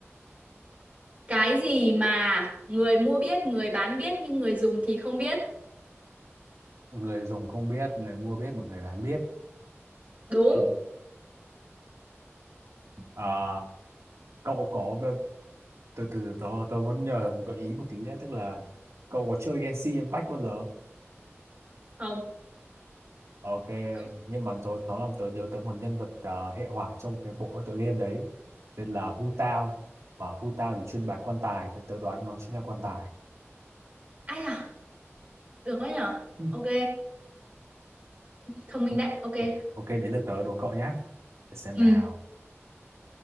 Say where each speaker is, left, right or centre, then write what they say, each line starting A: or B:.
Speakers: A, on the right (about 30°); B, on the right (about 85°).
A: Cái gì mà người mua biết, người bán biết nhưng người dùng thì không biết.
B: Người dùng không biết, người mua biết mà người bán biết.
A: Đúng
B: <laughs> À, cậu có tôi từ từ tôi tôi muốn nhờ một gợi ý một tí đấy tức là cậu có chơi Genshin Impact bao giờ
A: không?
B: ok
A: Không.
B: nhưng mà tôi nó làm tớ nhớ tới một nhân vật ờ, hệ hỏa trong cái bộ tựa game đấy tên là Hu Tao và Hu Tao thì chuyên bán quan tài vậy tớ đoán nó chính là quan tài
A: Ai à? Được đấy nhở?
B: <laughs>
A: Ok, thông minh
B: ok
A: đấy. Ok.
B: ok, đấy là tớ đố cậu nhé để xem
A: Ừ.
B: nào